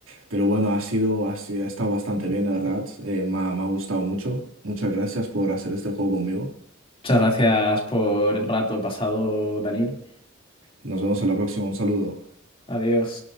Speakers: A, on the right; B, on the left.
A: Pero bueno, ha sido, ha, si- ha estado bastante bien, la verdad. Eh, me ha me ha gustado mucho. Muchas gracias por hacer este juego conmigo.
B: Muchas gracias por el rato pasado, Daniel.
A: Nos vemos en la próxima. Un saludo.
B: Adiós.